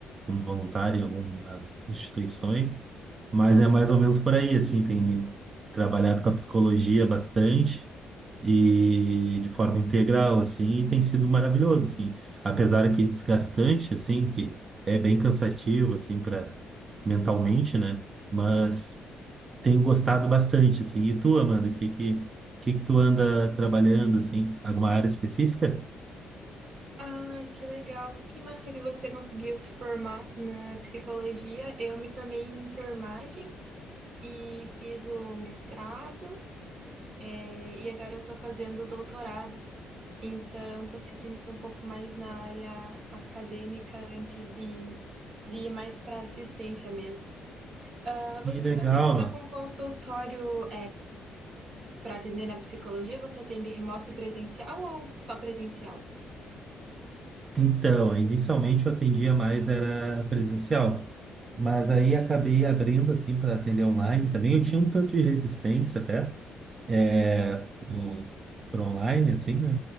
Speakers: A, on the right (about 40°); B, on the right (about 60°).
A: como voluntário em algumas instituições, mas é mais ou menos por aí, assim, tem trabalhado com a psicologia bastante e de forma integral, assim, e tem sido maravilhoso, assim, apesar que desgastante, assim, que é bem cansativo, assim, para mentalmente, né? Mas tenho gostado bastante, assim. E tu, Amanda, que que que que tu anda trabalhando, assim, alguma área específica?
B: Ai, que legal. Que massa que você conseguiu se formar na psicologia. Eu me formei em enfermagem e fiz o mestrado, eh, e agora eu tô fazendo o doutorado. Então, estou seguindo um pouco mais na área acadêmica antes de, de ir mais para assistência mesmo. Ah,
A: Que
B: Você
A: legal,
B: comentou que está
A: mano.
B: com consultório, para atender na psicologia. Você atende remoto e presencial ou só presencial?
A: Então, inicialmente eu atendia mais era presencial, mas aí acabei abrindo assim para atender online também. Eu tinha um tanto de resistência até é, pro, pro online assim, né?